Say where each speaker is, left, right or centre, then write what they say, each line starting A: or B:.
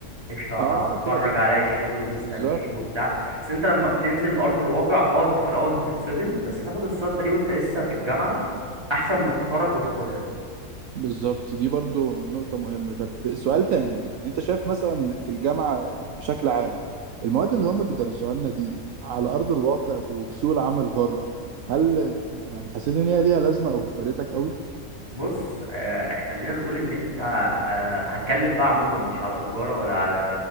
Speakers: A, on the right; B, on the right.
A: قشطة
B: اه
A: هتخرج
B: كده كده
A: عليا الشغل مستنيني
B: بالظبط
A: وبتاع بس انت لما بتنزل ارض الواقع اه انت في الاول بتتصدم بس تاخد الصدمة دي وانت لسه في الجامعة احسن ما تتخرج وتاخدها
B: بالظبط دي برضو نقطة مهمة طب سؤال تاني يعني انت شايف مثلا في الجامعة بشكل عام المواد اللي هم بيدرسوها لنا دي على أرض الواقع وفي سوق العمل بره هل يعني حسيت ان هي ليها لازمة او فادتك قوي؟
A: بص آه خلينا نقول ان انت آه هتكلم بقى عموما مش على تجارة ولا على